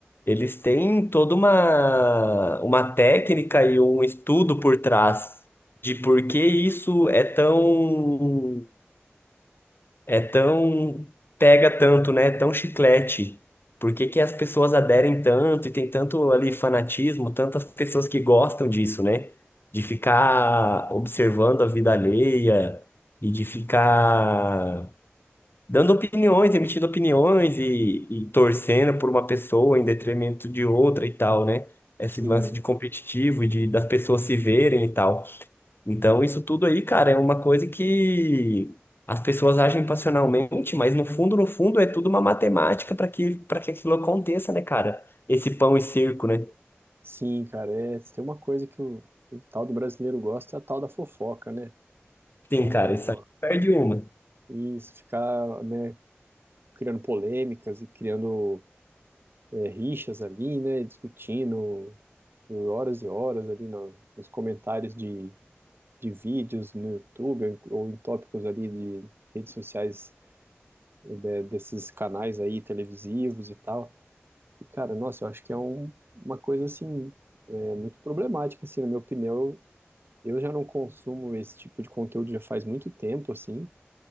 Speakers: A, on the left; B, on the right.
A: Eles têm toda uma, uma técnica e um estudo por trás de por que isso é tão, é tão, pega tanto, né? É Tão chiclete. Por que que as pessoas aderem tanto e tem tanto ali fanatismo, tantas pessoas que gostam disso, né? De ficar observando a vida alheia e de ficar dando opiniões, emitindo opiniões e, e torcendo por uma pessoa em detrimento de outra e tal, né? Esse
B: Sim.
A: lance de competitivo e de, das pessoas se verem e tal. Então, isso tudo aí, cara, é uma coisa que as pessoas agem passionalmente, mas no fundo, no fundo, é tudo uma matemática para que, para que aquilo aconteça, né, cara? Esse pão e circo, né?
B: Sim, cara, é, tem uma coisa que o, o tal do brasileiro gosta, é a tal da fofoca, né?
A: Sim,
B: É o,
A: cara, isso aí perde uma.
B: isso, ficar, né, criando polêmicas e criando é, rixas ali, né, discutindo por horas e horas ali no- nos comentários de, de vídeos no YouTube ou em ou em tópicos ali de redes sociais né, desses canais aí televisivos e tal. E, cara, nossa, eu acho que é um, uma coisa, assim, é, muito problemática, assim, na minha opinião. Eu já não consumo esse tipo de conteúdo já faz muito tempo, assim,